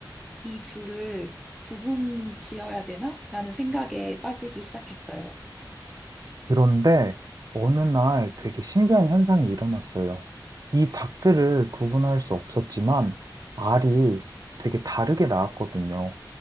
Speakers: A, in the centre; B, on the right (about 50°).
A: 이 둘을 구분 지어야 되나? 라는 생각에 빠지기 시작했어요.
B: 그런데 어느 날 되게 신기한 현상이 일어났어요. 이 닭들을 구분할 수 없었지만 알이 되게 다르게 나왔거든요.